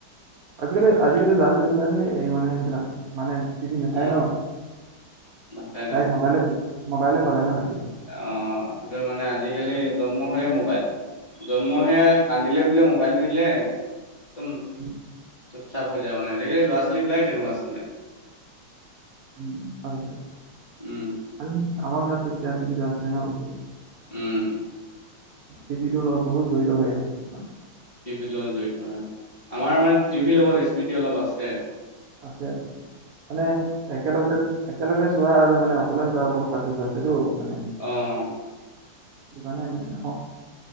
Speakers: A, on the right; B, on the left.
A: আজিকালি
B: তাকে
A: আজিকালি ল'ৰা ছোৱালীবিলাকে এই মানে সেইবিলাক মানে টিভি নাচায়
B: অ',
A: ন,
B: নাচায়
A: ডাইৰেক্ট মোবাইলে মোবাইলে পালে ন সিহঁতি।
B: অঁ সেইটো মানে আজিকালি জন্ম হয়য়ে মোবাইল। জন্মহৈয়ে কান্দিলে বোলে মোবাইলটো দিলে একদ
A: উম।
B: চুপ চাপ হৈ যায় মানে, আজি কালি ল'ৰা ছাৱালী বিলাক তেনেকুৱা আছিলে।
A: উম, হয়, হয়।
B: উম।
A: আমাৰ দিনাত আকৌ তেতিয়া টিভিটো আছিলে ন, বস্তটো
B: উম।
A: টিভিটোৰ লগ বহুত জড়িত হৈ আছে কিছুমান।
B: টিভিৰ লগত জড়িত হয়, আমাৰ মানে টিভিৰ লগত স্মৃতি অলপ আছে।
A: আছে, আছে মানে একেলগতে একেলগে চোৱা আৰু মানে অকলে চোৱাৰ বহুত পাৰ্থক্য আছেটো মানে।
B: অঁ।
A: জানে, জানে অ'